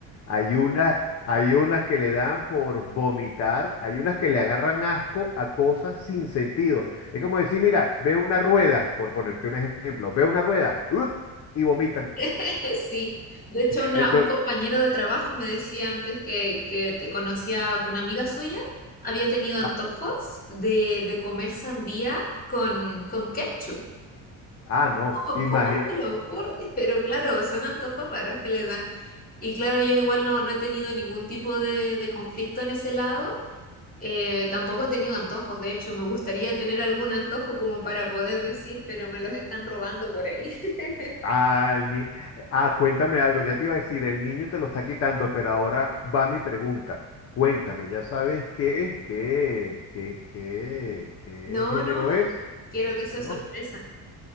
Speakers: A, on the left (about 40°); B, on the left (about 20°).
A: hay unas, hay unas que le dan por vomitar, hay unas que le agarran asco a cosas sin sentido. Es como decir, mira, ve una rueda, por ponerte un ejemplo, ve una rueda, ¡ut! y vomitan.
B: <laughs> Sí, de hecho una-
A: Entonces,
B: un compañero de trabajo me decía antes que, que te conocía con una amiga suya, había tenido antojos
A: ah,
B: de, de comer sandía con, con ketchup.
A: ah, no,
B: Oh,
A: imagina,
B: ¿Cómo se le ocurre? <laughs> Pero claro, son antojos raros que le dan. Y claro, yo igual no, no he tenido ningún tipo de, de conflicto en ese lado. Eh, tampoco he tenido antojos. De hecho, me gustaría tener algún antojo como para poder decir, pero me los están robando por ahí. <laughs>
A: Ah, el ni- ah, cuéntame algo, ya te iba a decir, el niño te lo está quitando, pero ahora va mi pregunta. Cuéntame, ¿ya sabes qué es? ¿Qué, qué, qué, qué
B: No,
A: género
B: no, no.
A: es?
B: Quiero que sea
A: ¿No?
B: sorpresa.